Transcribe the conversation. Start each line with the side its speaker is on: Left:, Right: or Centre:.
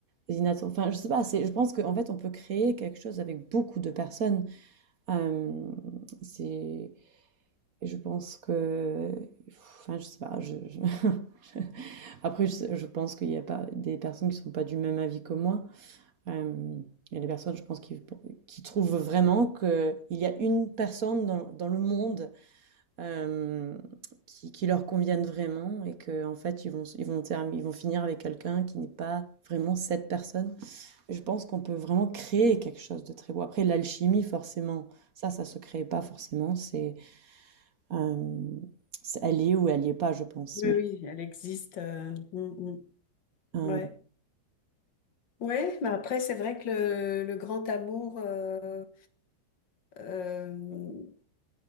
Right: inattendue. Enfin, je sais pas. C'est, je pense qu'en fait, on peut créer quelque chose avec beaucoup de personnes. Euh, c'est, je pense que, enfin, je sais pas. Je, je- <laughs> Après, je, je pense qu'il y a pas des personnes qui sont pas du même avis que moi. Euh, il y a des personnes, je pense, qui, qui trouvent vraiment que il y a une personne dans, dans le monde euh, qui, qui leur convienne vraiment et que en fait, ils vont, ils vont, term- ils vont finir avec quelqu'un qui n'est pas vraiment cette personne. Je pense qu'on peut vraiment créer quelque chose de très beau. Après, l'alchimie, forcément, ça, ça se crée pas forcément. C'est, euh, c'est- elle y est ou elle y est pas, je pense.
Left: Oui,
Right: Mais,
Left: oui, elle existe. euh, mm,
Right: euh,
Left: mm, ouais. Ouais, mais après, c'est vrai que le, le grand amour, euh, euh,